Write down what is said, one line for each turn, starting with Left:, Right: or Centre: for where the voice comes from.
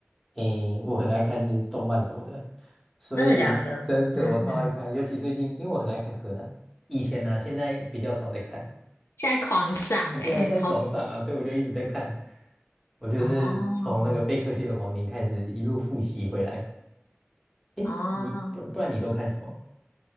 Centre: 诶，我很爱看那动漫什么的，所以真的我超爱看，
Left: 真的假的？嗯嗯，
Centre: 尤其最近，因为我很爱看柯南，以前呢、现在比较少在看了
Left: 现在狂上诶、
Centre: 对啊，现在狂上啊，
Left: 好
Centre: 所以我就一直在看。我就是从那个贝课界的亡灵开始一路复习回来。
Left: 哦
Centre: 诶，
Left: 哦，
Centre: 你不不然你都看什么？